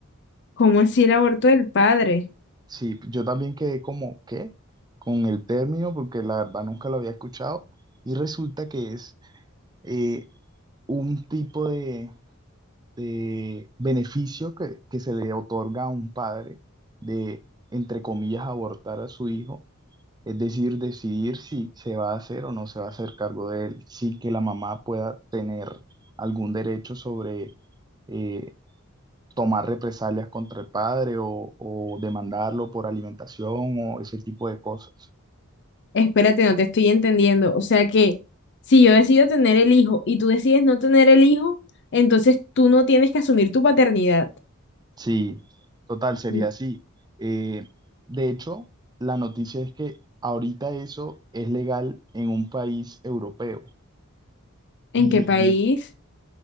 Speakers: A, on the left (about 55°); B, on the right (about 20°).
A: ¿Cómo así el aborto del padre?
B: Sí, yo también quedé como, ¿qué? Con el término, porque la verdad nunca lo había escuchado. Y resulta que es eh, un tipo de, de beneficio que, que se le otorga a un padre de, entre comillas, abortar a su hijo. Es decir, decidir si se va a hacer o no se va a hacer cargo de él, sin que la mamá pueda tener algún derecho sobre eh, tomar represalias contra el padre o, o demandarlo por alimentación o ese tipo de cosas.
A: Espérate, no te estoy entendiendo. O sea que si yo decido tener el hijo y tú decides no tener el hijo, entonces tú no tienes que asumir tu paternidad.
B: Sí, total, sería
A: Mm,
B: así. Eh, de hecho, la noticia es que ahorita eso es legal en un país europeo
A: ¿En
B: y
A: qué país?